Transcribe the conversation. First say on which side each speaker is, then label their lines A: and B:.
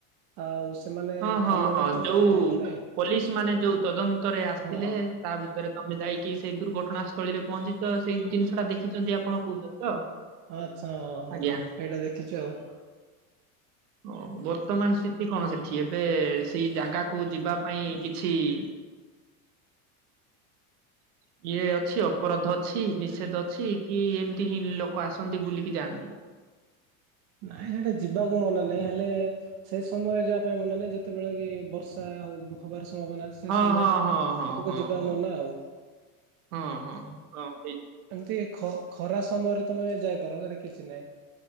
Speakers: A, on the right; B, on the right.
A: ଆଉ ସେମାନେ
B: ହଁ ହଁ ହଁ
A: କରୁଥିଲେ
B: ଯୋଉ
A: ବୋଟରେ
B: ପୋଲିସ ମାନେ ଯୋଉ ତଦନ୍ତରେ ଆସିଥିଲେ।
A: ହଁ
B: ତା ଭିତରେ ତମେ ଯାଇକି ସେଇ ଦୁର୍ଘଟଣା ସ୍ଥଳୀରେ ପହଞ୍ଚି ତ ସେଇ ଜିନିଷ ଟା ଦେଖିଛନ୍ତି ଆପଣ କହୁଛନ୍ତି ତ?
A: ଆଚ୍ଛା ହଁ ହଁ
B: ଆଜ୍ଞା
A: ଏଇଟା ଦେଖିଛୁ ଆଉ।
B: ଓ ବର୍ତ୍ତମାନ ସ୍ଥିତି କଣ ସେଠି? ଏବେ ସେଇ ଜାଗାକୁ ଯିବା ପାଇଁ କିଛି <inaudible> ଇଏ ଅଛି ଅପରାଧ ଅଛି ନିଷେଧ ଅଛି କି ଏମିତି ହିଁ ଲୋକ ଆସନ୍ତି ବୁଲିକି ଯାଆନ୍ତି।
A: ନାଇଁ ସେଇଟା ଯିବାକୁ ମନା ନାଇଁ ହେଲେ ସେଇ ସମୟ ଯିବା ପାଇଁ ମନା ନାହିଁ ଯେତେବେଳେ କି ବର୍ଷା ହ ହବାର ସମ୍ଭାବନା। ସେ
B: ହଁ
A: ସମୟରେ
B: ହଁ ହଁ ହଁ
A: ସେଠିକୁ
B: ହଁ
A: ଯିବା
B: ହଁ।
A: ମନା ଆଉ।
B: ହଁ ହଁ ହଁ ହେଇ।
A: ଏମିତି ଖ ଖରା ସମୟରେ ତମେ ଯାଇପାର ସେଟା କିଛି ନାହିଁ।